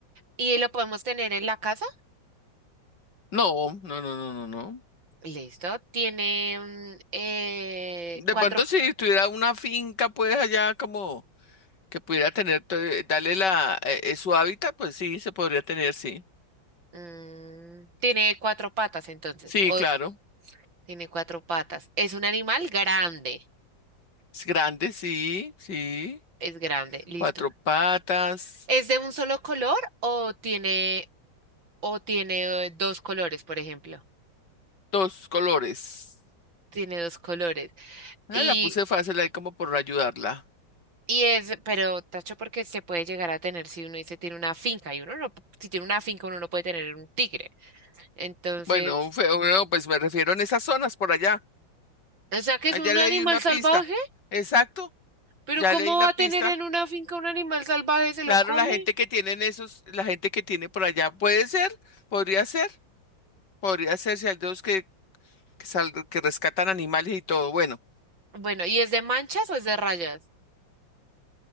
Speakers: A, on the right; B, on the left.
A: ¿Y lo podemos tener en la casa?
B: No, no, no, no, no, no.
A: Listo. ¿Tiene mm, eh,
B: De
A: cuatro
B: pronto, si tuviera una finca, pues allá como que pudiera tener, to- eh, darle la, eh, eh, su hábitat, pues sí, se podría tener, sí.
A: Mm, tiene cuatro patas entonces,
B: Sí,
A: o
B: claro.
A: tiene cuatro patas. Es un animal grande,
B: Es grande, sí, sí.
A: es grande, listo.
B: Cuatro patas,
A: ¿Es de un solo color o tiene, o tiene eh, dos colores, por ejemplo?
B: dos colores.
A: Tiene dos colores.
B: Ah,
A: Y,
B: la puse fácil ahí como por ayudarla.
A: y es, pero tacho porque se puede llegar a tener si uno dice tiene una finca y uno no, p- si tiene una finca uno no puede tener un tigre. Entonces,
B: Bueno, feo, no, pues me refiero en esas zonas por allá.
A: o sea que
B: Ah,
A: es un
B: ya le
A: animal
B: di una
A: salvaje,
B: pista. Exacto,
A: pero
B: ya
A: ¿cómo
B: le di la
A: va a
B: pista.
A: tener en una finca un animal salvaje? ¿Se lo
B: Claro,
A: come?
B: la gente que tienen esos, la gente que tiene por allá, puede ser, podría ser, podría ser si hay dos que, que, sal- que rescatan animales y todo. Bueno,
A: Bueno, ¿y es de manchas o es de rayas?